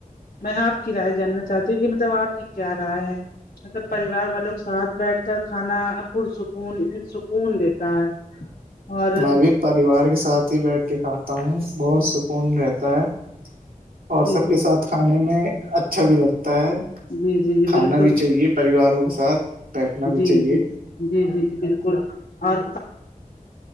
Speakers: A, on the left; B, on the right.
A: میں آپ کی رائے جاننا چاہتی ہوں کہ مطلب آپ کی کیا رائے ہے مطلب پریوار والوں ساتھ بیٹھ کا کھانا پرسکون سکون دیتا ہے اور
B: میں بھی پریوار کے ساتھ ہی بیٹھ کے کھاتا ہوں بہت سکون رہتا ہے اور
A: جی
B: سب
A: جی
B: کے ساتھ کھانے میں اچھا بھی لگتا ہے
A: جی جی جی
B: کھانا
A: بالکل
B: بھی چاہیے پریواروں کے ساتھ بیٹھنا
A: جی
B: بھی چاہیے
A: جی جی جی جی بالکل اور